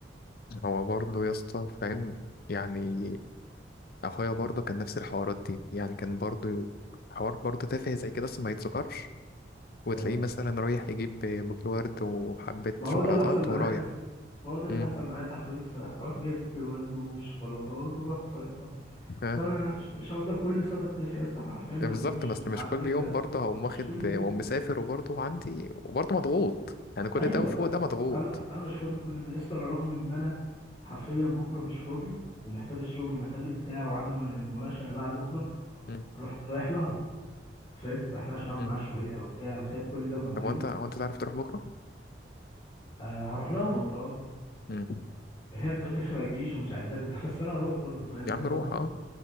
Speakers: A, on the left (about 55°); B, on the left (about 30°).
A: هو برضه يا اسطى فاهم يعني اخويا برضه كان نفس الحوارات دي يعني كان برضه حوار برضه تافه زي كده اصلا ما يتذكرش وتلاقيه
B: اه
A: مثلا رايح يجيب بوكيه ورد وحبة
B: ما
A: شوكولاتات
B: هو ده اللي حصل معايا
A: ورايح
B: يا اسطى ما هو ده اللي
A: امم
B: يحصل معايا ساعة ما جيت صالحها رحت جايب بوكي ورد وشوكولاتات ورحت صالحتها
A: ها
B: فانا مش مش هفضل كل سنة اتفق يا اسطى احنا عارفين لو
A: بالظبط
B: بنمشي
A: بس
B: بالمعدل
A: مش كل يوم
B: ده
A: برضه هقوم واخد
B: مش كل يوم
A: واقوم مسافر وبرضه عندي وبرضه مضغوط يعني كل
B: ايوه
A: ده وفوق ده مضغوط
B: انا انا مش فاضل كل ده يا اسطى انا رغم ان انا حرفيا بكره مش فاضي ومحتاج الشغل ومحتاج البتاع وعندي م- مناقشة اللي بعد بكره
A: امم
B: رحت رايح لها فاهم رايح لها عشان اقعد
A: امم
B: معاها شوية وبتاع وسايب كل ده ومأجله
A: طب وانت وانت تعرف تروح بكرة
B: آه هروح لها بكره اه
A: امم
B: هي بتقول لي <laughs> ما تجيش ومش عايزاك وبتاع، بس انا هروح برضه فاهم
A: يا
B: اللي
A: عم
B: هو
A: روح
B: برضه
A: اه